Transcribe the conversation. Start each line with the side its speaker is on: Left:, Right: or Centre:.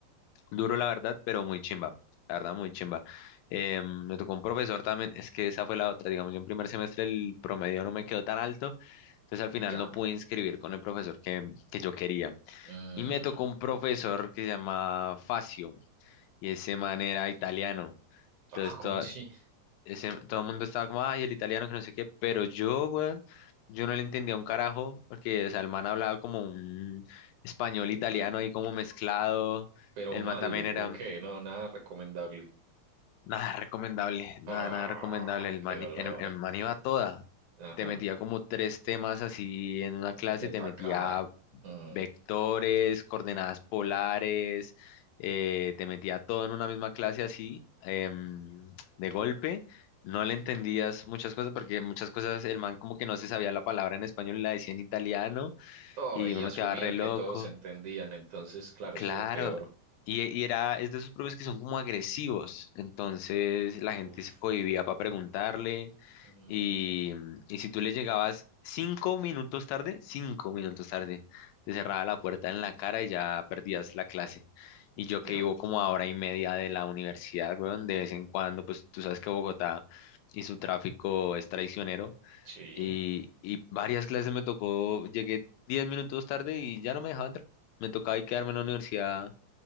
Left: duro la verdad, pero muy chimba, la verdad, muy chimba. Em, me tocó un profesor también, es que esa fue la otra, digamos, yo en primer semestre el promedio no me quedó tan alto, Entonces al final
Right: ya.
Left: no pude inscribir con el profesor que, que yo quería.
Right: Mm,
Left: Y me tocó un profesor que se llama Facio y ese man era italiano. Entonces
Right: ah, ¿cómo
Left: todo,
Right: así?
Left: ese, todo el mundo estaba como, ay, el italiano que no sé qué, pero yo, weón, yo no le entendía un carajo porque o sea, el man hablaba como un español italiano
Right: <laughs>
Left: ahí como mezclado.
Right: Pero
Left: El
Right: malo,
Left: man también
Right: ok,
Left: era
Right: no, nada recomendable.
Left: nada recomendable, nada,
Right: Ah,
Left: nada recomendable. El
Right: qué
Left: man,
Right: dolor.
Left: el, el man iba a toda.
Right: Ajá,
Left: Te metía como tres temas así en una
Right: mm,
Left: clase,
Right: de
Left: te
Right: tacada.
Left: metía
Right: Mm.
Left: vectores, coordenadas polares, eh, te metía todo en una misma clase así, em, de golpe. No le entendías muchas cosas porque muchas cosas el man como que no se sabía la palabra en español y la decía en italiano
Right: Oh,
Left: y
Right: y
Left: uno
Right: asumía
Left: quedaba re
Right: que
Left: loco.
Right: todos entendían, entonces, claro,
Left: Claro.
Right: eso es lo peor.
Left: Y, y era, es de esos profes que son como agresivos. Entonces la gente
Right: Uf.
Left: se cohibía para preguntarle
Right: Mm,
Left: y, mm, y si tú le llegabas cinco minutos tarde, cinco minutos tarde, te cerraba la puerta en la cara y ya perdías la clase. Y yo que
Right: ya,
Left: vivo como a hora y media de la universidad, weón, de vez en cuando, pues tú sabes que Bogotá y su tráfico es traicionero.
Right: sí.
Left: Y, y varias clases me tocó, llegué diez minutos tarde y ya no me dejaba entrar. Me tocaba ahí quedarme en la universidad